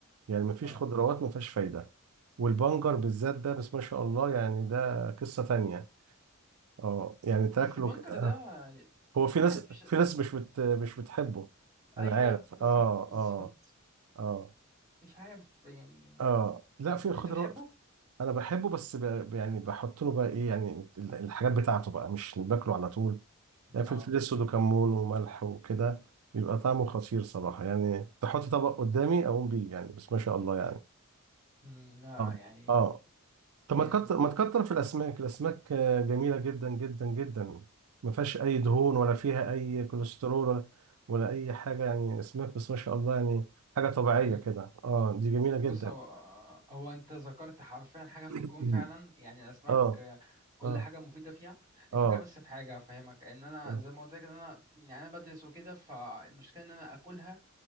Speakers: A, on the right (about 80°); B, on the right (about 20°).
A: يعني مفيش
B: اه
A: خضروات مفيهاش فايدة والبنجر بالذات ده بس ما شاء الله يعني ده قصة تانية اه يعني تاكله
B: بس البنكر
A: ك- آه.
B: ده
A: هو
B: مش
A: في
B: عارف
A: ناس
B: مش...
A: في ناس مش بت مش بتحبه
B: ايوه
A: انا عارف
B: بالظبط
A: اه
B: بالظبط
A: اه اه
B: مش عارف يعني
A: اه لا في خضار
B: انت بتحبه
A: انا بحبه بس ب... يعني بحط له بقى ايه يعني ال- الحاجات بتاعته بقى مش باكله على طول يعني
B: اه
A: فلفل اسود وكمون وملح وكده بيبقى طعمه خطير صراحه يعني تحط طبق قدامي اقوم بيه يعني بس ما شاء الله يعني
B: مم، لا
A: اه
B: يعني
A: اه طب
B: جامد
A: ما تكتر ما تكتر في الاسماك الاسماك آه، جميله جدا جدا جدا ما فيهاش اي دهون ولا فيها اي كوليسترول ولا ولا اي حاجه يعني اسماك بس ما شاء الله يعني حاجه طبيعيه
B: مم.
A: كده اه دي جميله
B: بص
A: جدا
B: هو هو انت ذكرت حرفيا حاجه في
A: <clears throat>
B: الجون فعلا يعني الاسماك
A: اه
B: آه، كل
A: اه
B: حاجه مفيده فيها
A: اه
B: الفكره بس في حاجه افهمك ان انا
A: اه
B: زي ما قلت لك ان انا يعني انا بدرس وكده فالمشكله ان انا اكلها